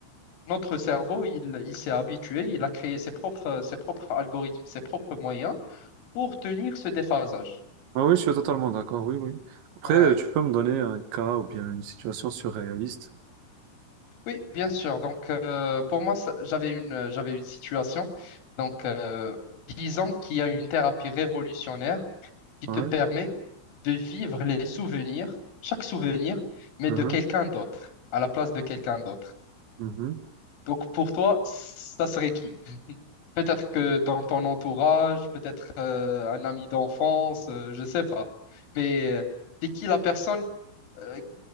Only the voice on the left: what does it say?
notre cerveau, il, il s'est habitué, il a créé ses propres, ses propres algorithmes, ses propres moyens pour tenir ce déphasage.
Ouais.
Oui, bien sûr. Donc, euh, pour moi, ça- j'avais une, j'avais une situation. Donc, euh, disons qu'il y a une thérapie révolutionnaire qui
te permet de vivre les souvenirs, chaque souvenir, mais
de quelqu'un d'autre, à la place de quelqu'un d'autre.
Donc, pour toi, ça serait qui? Peut-être que dans ton entourage, peut-être euh, un ami d'enfance, euh, je sais pas. Mais euh, t'es qui la personne euh,